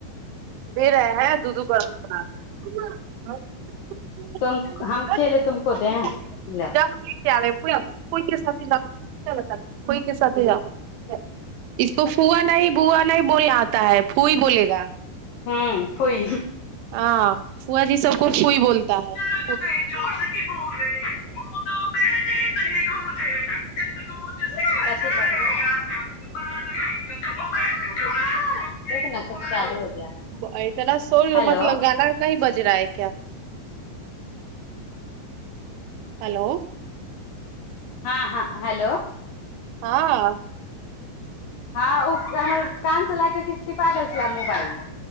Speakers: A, on the right; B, on the left.
A: <unintelligible>
B: तुम हम खेले
A: <unintelligible>
B: तुमको दे लो
A: <unintelligible> <unintelligible>
B: हम्म फुई
A: <unintelligible>
B: <unintelligible> <unintelligible>
A: <unintelligible>
B: हेलो
A: हेलो।
B: हां हां हेलो।
A: हां।
B: हां उ हमर कान से लए कऽ किछ टिपा गेल छलए मोबाइल मे